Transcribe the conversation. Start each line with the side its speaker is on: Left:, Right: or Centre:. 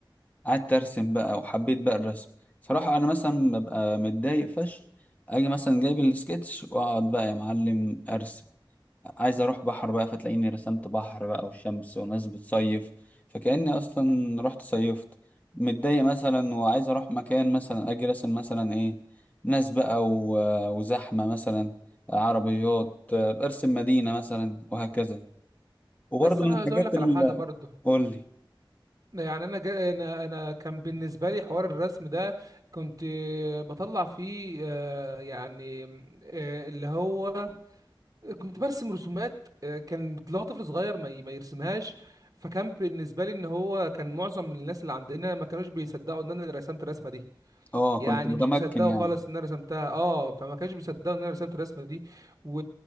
Left: قعدت ارسم بقى وحبيت بقى الرسم صراحة انا مثلا ببقى متضايق فشخ اجي مثلا جايب السكتش واقعد بقى يا معلم ارسم عايز اروح بحر بقى فتلاقيني رسمت بحر بقى وشمس وناس بتصيف فكأني اصلا رحت صيفت متضايق مثلا وعايز اروح مكان مثلا اجي راسم مثلا ايه ناس بقى و- وزحمة مثلا عربيات ارسم مدينة مثلا وهكذا وبرضه
Right: بس انا
Left: من الحاجات
Right: عايز اقول لك
Left: اللي
Right: على حاجه برضه
Left: قول لي
Right: يعني انا جا انا انا كان بالنسبه لي حوار الرسم ده كنت بطلع فيه آه يعني آه اللي هو كنت برسم رسومات آه، كان اللي هو طفل صغير ما ي- ما يرسمهاش فكان بالنسبه لي ان هو كان معظم الناس اللي عندنا ما كانوش بيصدقوا ان انا اللي رسمت الرسمه دي
Left: اه كنت
Right: يعني
Left: متمكن
Right: مش بيصدقوا
Left: يعني
Right: خالص ان انا رسمتها اه فما كانش بيصدقوا ان انا رسمت الرسمه دي و...